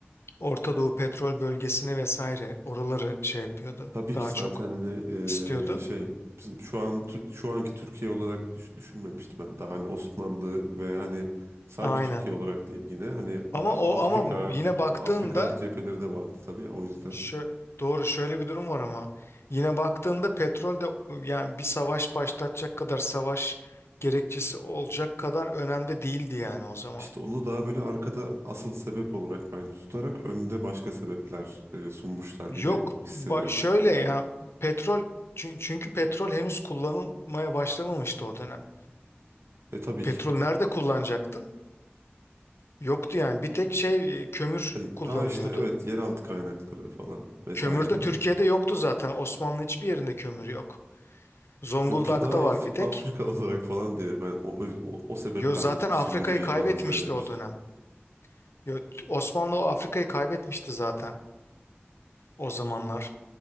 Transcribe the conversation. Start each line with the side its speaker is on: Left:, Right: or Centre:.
Left: Orta Doğu petrol bölgesini vesaire oraları şey yapıyordu.
Right: Tabii
Left: Daha
Right: ki zaten
Left: çok
Right: hani
Left: istiyordu.
Right: e, şey bizim şu an Tür- şu anki Türkiye olarak düş- düşünmemiştim ben. Daha hani Osmanlı ve hani sadece
Left: Aynen.
Right: Türkiye olarak değil yine hani
Left: Ama
Right: A-
Left: o
Right: Afrika
Left: ama yine baktığında
Right: hani Afrika cepheleri de vardı tabii o yüzden.
Left: şu doğru şöyle bir durum var ama yine baktığında petrol de yani bir savaş başlatacak kadar savaş gerekçesi olacak kadar önemli değildi yani o zaman.
Right: İşte onu daha böyle arkada asıl sebep olarak bence tutarak önde başka sebepler e, sunmuşlar gibi
Left: Yok
Right: hissediyorum.
Left: ba- şöyle ya petrol çün- çünkü petrol henüz kullanılmaya başlamamıştı o dönem.
Right: E tabii
Left: Petrol
Right: ki.
Left: nerede kullanacaktın? Yoktu yani bir tek şey e, kömür
Right: Hayır,
Left: kullanılıyordu.
Right: Daha işte evet yeraltı kaynakları falan vesaire.
Left: Kömür de Türkiye'de yoktu zaten. Osmanlı hiçbir yerinde kömür yok. Zonguldak'ta
Right: Yok ya daha
Left: var
Right: Af-
Left: bir tek.
Right: Afrika <laughs> olarak falan diye ben o, o, o sebeple
Left: Yo zaten
Right: hani sömürgeyi
Left: Afrika'yı kaybetmişti
Right: falan söylemiştim.
Left: o dönem. Yo, t- Osmanlı o Afrika'yı kaybetmişti zaten o zamanlar.